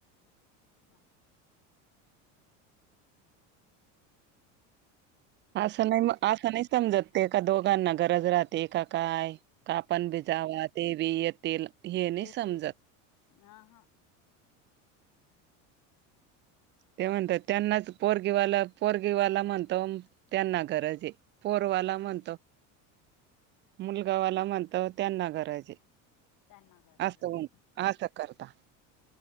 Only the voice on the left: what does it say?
म.
बघू
ह
येेतल
ह हा.
हम्म
त्यांना गरज
आहे